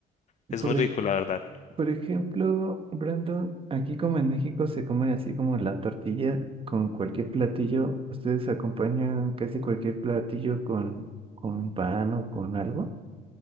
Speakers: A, on the left; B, on the right.
A: es
B: Por,
A: muy rico
B: e-
A: la verdad.
B: Por ejemplo, Brandon, aquí como en México se come así como la tortilla con cualquier platillo. ¿Ustedes acompañan casi cualquier platillo con, con pan o con algo?